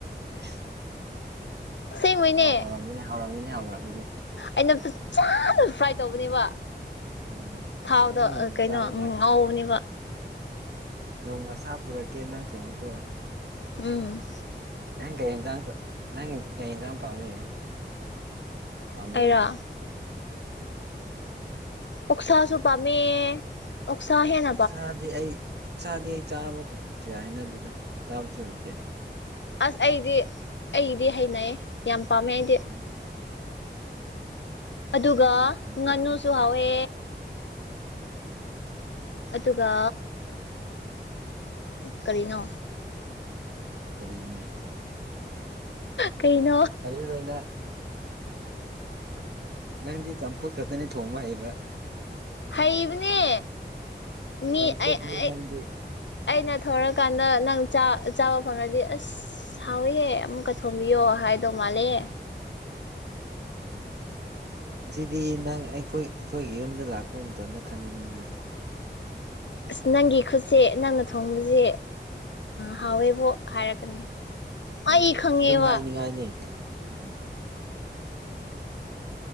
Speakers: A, on the right; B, on the left.
A: ꯑꯦꯁ
B: ꯑꯁꯦꯡꯕꯩꯅꯦ
A: ꯑꯣ ꯍꯧꯥꯎꯔꯝꯕꯤꯅꯦ ꯍꯧꯥꯎꯔꯝꯕꯤꯅꯦ ꯍꯧꯔꯥꯡꯕꯤꯅꯤ
B: ꯑꯩꯅ ꯆ ꯐ꯭ꯔꯥꯏ ꯀꯩ ꯇꯧꯕꯅꯦꯕ
A: ꯎꯝ
B: ꯊꯥꯎꯗ
A: ꯑꯩꯁꯨ ꯅꯣꯡꯃ
B: ꯀꯩꯅꯣ
A: ꯆꯥꯕ
B: ꯉꯥꯎꯕꯅꯦꯕ
A: ꯅꯣꯡꯃꯁꯥ ꯄꯨꯔꯛꯀꯦ ꯅꯪ ꯊꯣꯡꯉꯀꯣ
B: ꯎꯝ
A: ꯅꯪ ꯀꯩ ꯆ ꯅꯪ ꯀꯩ ꯆꯅ ꯄꯥꯝꯃꯦ ꯄꯝ꯭ꯔꯣ
B: ꯑꯩꯔꯣ ꯎꯛꯁꯥꯁꯨ ꯄꯝꯦ ꯎꯠꯁꯥꯍꯦꯅ
A: ꯎꯁꯥꯗꯤ ꯑꯩ ꯎꯁꯥꯗꯤ ꯑꯩ ꯆꯥꯕꯒꯦ ꯀꯌꯥ ꯍꯥꯏꯅꯗꯅ ꯆꯥꯕꯁꯨ ꯍꯩꯇꯦ
B: ꯑꯁ ꯑꯩꯗꯤ ꯑꯩꯗꯤ ꯍꯩꯅꯩ ꯌꯥꯝ ꯄꯥꯝꯃꯦ ꯑꯩꯗꯤ
A: ꯎꯝ
B: ꯑꯗꯨꯒ
A: ꯎꯛꯁꯥꯗꯤ ꯄꯥꯝꯖꯗ꯭ꯔꯦ
B: ꯉꯥꯅꯨꯁꯨ ꯍꯥꯎꯋꯦ
A: ꯎꯝ
B: ꯑꯗꯨꯒ ꯀꯔꯤꯅꯣ
A: ꯀꯔꯤꯅꯦ
B: ꯀꯩꯅꯣ
A: ꯍꯩꯔꯔꯣꯏꯗ ꯅꯪꯗꯤ ꯆꯝꯐꯨꯠ ꯈꯛꯇꯅꯤ ꯊꯣꯡꯕ ꯍꯩꯕ
B: ꯍꯩꯕꯅꯦ ꯃꯤ
A: ꯆꯝꯐꯨꯠꯅꯤ
B: ꯑꯩ
A: ꯅꯪꯗꯤ
B: ꯑꯩꯅ ꯊꯧꯔꯀꯥꯟꯗ ꯅꯪꯥ ꯆꯥꯕ ꯐꯪꯂꯔꯗꯤ ꯑꯁ ꯑꯁ ꯍꯥꯎꯋꯦ ꯑꯃꯨꯛꯀ ꯊꯣꯝꯕꯤꯌꯣ ꯍꯥꯏꯗꯧ ꯃꯥꯜꯂꯦ
A: ꯑ ꯁꯤ ꯗꯤ ꯅꯪ ꯑꯩꯈꯣꯏ ꯑꯩꯈꯣꯏꯒꯤ ꯌꯨꯝꯗ ꯂꯥꯛꯄ ꯃꯇꯝꯗ ꯈꯪꯉꯅꯤꯅ
B: ꯑꯁ ꯅꯪꯒꯤ ꯈꯨꯠꯁꯦ ꯅꯪꯅ ꯊꯣꯡꯕꯁꯦ ꯍꯥꯎꯋꯦꯕꯣ ꯍꯥꯏꯔꯛꯀꯅꯤ
A: ꯎꯝ
B: ꯑꯩ ꯈꯪꯉꯦꯕ
A: ꯑꯗꯨꯝ ꯍꯥꯏꯅꯤ ꯍꯥꯏꯥꯏꯅꯤ ꯎꯝ ꯎꯝ